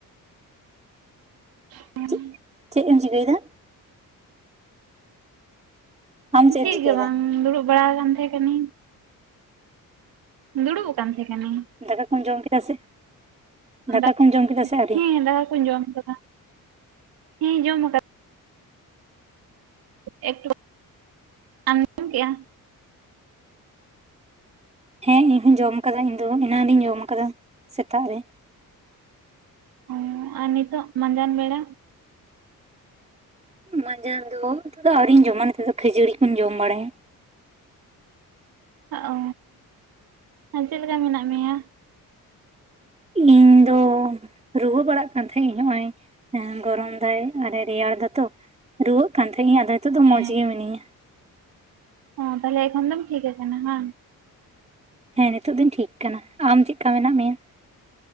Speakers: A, on the right; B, on the right.
A: ᱦᱩᱸ
B: ᱪᱮᱫ ᱪᱮᱫ ᱮᱢ ᱪᱤᱠᱟᱹᱭᱮᱫᱟ? ᱟᱢ
A: ᱪᱮᱫ
B: ᱮᱢ ᱪᱤᱠᱟᱹᱭᱮᱫᱟ
A: ᱜᱮ ᱵᱟᱝ ᱫᱩᱲᱩᱵ ᱵᱟᱲᱟ ᱟᱠᱟᱱ ᱛᱟᱦᱮᱸ ᱠᱟᱱᱤᱧ ᱫᱩᱲᱩᱵ ᱟᱠᱟᱱ ᱛᱟᱦᱮᱸ ᱠᱟᱱᱤᱧ
B: ᱫᱟᱠᱟ ᱠᱚᱢ ᱡᱚᱢ ᱠᱮᱫᱟ ᱥᱮ
A: <unintelligible>
B: ᱫᱟᱠᱟ ᱠᱚᱢ ᱡᱚᱢ ᱠᱮᱫᱟ ᱥᱮ ᱟᱹᱣᱨᱤ
A: ᱦᱮᱸ ᱫᱟᱠᱟ ᱠᱚᱧ ᱡᱚᱢᱫᱟ᱾ <unintelligible> ᱦᱮᱸ ᱡᱚᱢ ᱠᱟᱫᱟ᱾ ᱮᱠᱴᱩ ᱟᱢ ᱡᱚᱢ ᱠᱮᱜ-ᱟ?
B: ᱦᱮᱸ ᱤᱧ ᱦᱚᱸᱧ ᱡᱚᱢ ᱟᱠᱟᱫᱟ ᱤᱧ ᱫᱚ ᱮᱱᱟᱱ ᱨᱤᱧ ᱡᱚᱢ ᱠᱟᱫᱟ ᱥᱮᱛᱟᱜ ᱨᱮ ᱾
A: ᱚ, ᱟᱨ ᱱᱤᱛᱚᱜ ᱢᱟᱸᱡᱟᱱ ᱵᱮᱲᱟ?
B: ᱢᱟᱡᱟᱱ ᱫᱚ ᱱᱤᱛᱚᱜ ᱫᱚ ᱟᱹᱣᱨᱤᱧ ᱡᱚᱢᱟ ᱱᱤᱛᱚᱜ ᱫᱚ ᱠᱷᱟᱹᱡᱟᱹᱲᱤ ᱠᱚᱧ ᱡᱚᱢ ᱵᱟᱲᱟᱭᱟ ᱾
A: ᱚ, ᱟᱨ ᱪᱮᱫ ᱞᱮᱠᱟ ᱢᱮᱱᱟᱜ ᱢᱮᱭᱟ?
B: ᱤᱧ ᱫᱚ, ᱨᱩᱣᱟᱹ ᱵᱟᱲᱟᱜ ᱠᱟᱱ ᱛᱟᱦᱮᱸᱜ ᱤᱧ ᱦᱚᱜᱼ ᱚᱭ ᱦᱮᱸ ᱜᱚᱨᱚᱢ ᱫᱟᱭ ᱟᱨᱮ ᱨᱮᱭᱟᱲ ᱫᱟᱛᱚ ᱨᱩᱣᱟᱹᱜ ᱠᱟᱱ ᱛᱟᱦᱮᱸᱜ ᱤᱧ ᱟᱫᱚ ᱦᱤᱛᱚᱜ ᱫᱚ
A: ᱦᱮᱸ
B: ᱢᱚᱸᱡᱽ ᱜᱮ ᱢᱤᱱᱟᱹᱧᱟ᱾
A: ᱚ ᱛᱟᱦᱚᱞᱮ ᱮᱠᱷᱚᱱ ᱫᱚᱢ ᱴᱷᱤᱠ ᱟᱠᱟᱱᱟ ᱦᱟᱝ ᱾
B: ᱦᱮᱸ ᱱᱤᱛᱚᱜ ᱫᱚᱧ ᱴᱷᱤᱠ ᱠᱟᱱᱟ ᱾ ᱟᱢ ᱪᱮᱫ ᱞᱮᱠᱟ ᱢᱮᱱᱟᱜ ᱢᱮᱭᱟ?